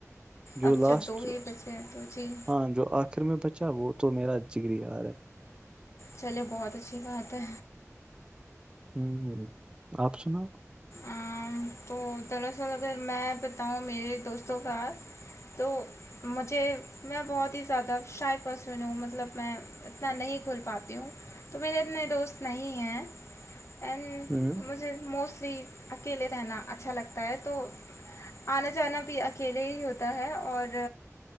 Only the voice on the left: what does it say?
اب
جب دو ہی بچے ہیں تو جی
چلے بہت اچھی بات ہے
آم، تو دراصل اگر میں بتاؤں میرے دوستوں کا تو مجھے میں بہت ہی زیادہ شائفسن ہوں مطلب میں اتنا نہیں کھل پاتی ہوں تو میرے اتنے دوست نہیں ہیں اینڈ
مجھ مجھے موسٹلی اکیلے رہنا اچھا لگتا ہے تو آنا جانا بھی اکیلے ہی ہوتا ہے اور